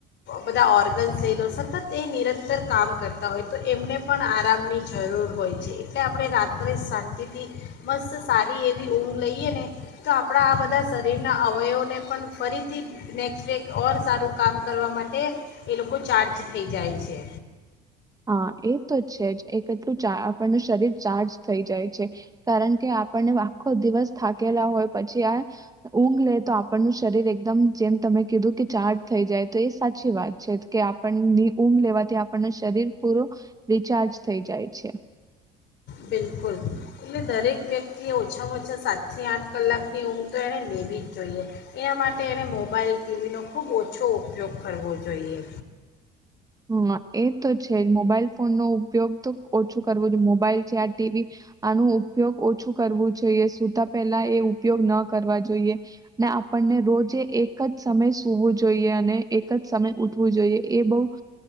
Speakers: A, on the left; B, on the right.
A: બધા ઓર્ગન્સ લઈ લો સતત એ નિરંતર કામ કરતા હોય તો એમને પણ આરામની જરૂર હોય છે એટલે આપણે રાત્રે શાંતિથી મસ્ત સારી એવી ઊંઘ લઈએ ને તો આપણા આ બધા શરીરના અવયવને પણ ફરીથી નેક્સ્ટ ડે ઓર સારું કામ કરવા માટે એ લોકો ચાર્જ થઈ જાય છે
B: હા એ તો છે જ એ કેટલું આપણનું શરીર ચાર્જ થઈ જાય છે કારણ કે આપણને આખો દિવસ થાકેલા હોય પછી આ ઊંઘ લે તો આપણનું શરીર એકદમ જેમ તમે કીધું કે ચાર્જ થઈ જાય તો એ સાચી વાત છે કે આપણની ઊંઘ લેવાથી આપણનું શરીર પુરો રિચાર્જ થઈ જાય છે
A: બિલકુલ એટલે દરેક વ્યક્તિએ ઓછામાં ઓછા સાતથી આઠ કલાકની ઊંઘ તો એણે લેવી જ જોઈએ એના માટે એણે મોબાઈલ ટીવીનો ખૂબ ઓછો ઉપયોગ કરવો જોઈએ
B: હમ એ તો છે જ મોબાઈલ ફોનનો ઉપયોગ ઓછું કરું જો મોબાઈલ છે આ ટીવી આનો ઉપયોગ ઓછું કરવું જોઈએ સુતા પેલા એ ઉપયોગ ન કરવા જોઈએ ને આપણને રોજે એક જ સમય સુવું જોઈએ અને એક જ સમય ઉઠવું જોઈએ એ બહુ